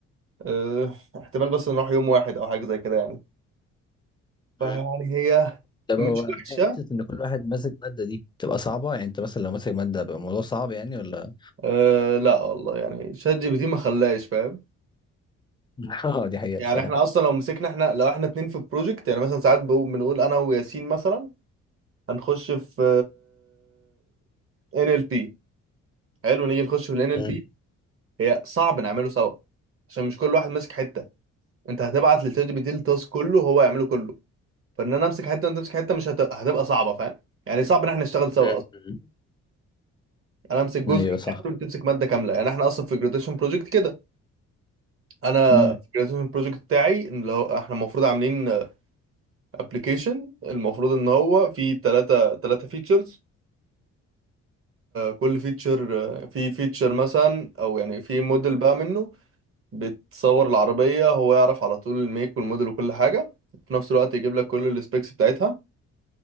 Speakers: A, on the right; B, on the left.
A: آه، احتمال بس نروح يوم واحد او حاجة زي كده يعني فيعني
B: مم.
A: هي
B: طب
A: مش
B: هو
A: وحشه
B: حته ان كل واحد ماسك ماده دي تبقى صعبه يعني انت مثلا لو ماسك ماده بيبقى الموضوع صعب يعني ولا
A: أه لا والله يعني شات جي بي تي ما خلاش فاهم
B: مم. <laughs> اه دي حقيقه
A: يعني
B: الصراحه
A: احنا اصلا لو مسكنا احنا لو احنا اتنين في بروجكت يعني مثلا ساعات بقول- بنقول انا وياسين مثلا هنخش في ان ال بي حلو نيجي نخش في الان ال
B: مم.
A: بي هي صعب نعمله سوا عشان مش كل واحد ماسك حته انت هتبعت للشات جي بي تي التاسك كله وهو يعمله كله فان انا امسك حته وانت تمسك حته مش هت... هتبقى صعبه فاهم يعني صعب ان احنا نشتغل سوا
B: مم.
A: اصلا يعني انا امسك جزء
B: ايوه
A: كامل
B: صح
A: وانت تمسك ماده كامله يعني احنا اصلا في جراديشن بروجكت كده انا
B: امم
A: في الجراتيفيشن بروجكت بتاعي ان اللي هو احنا المفروض عاملين ابلكيشن المفروض ان هو فيه ثلاثة ثلاثة فيتشرز كل فيتشر في فيتشر مثلا او يعني في موديل بقى منه بتصور العربية هو يعرف على طول الميك والموديل وكل حاجة في نفس الوقت يجيب لك كل السبيكس بتاعتها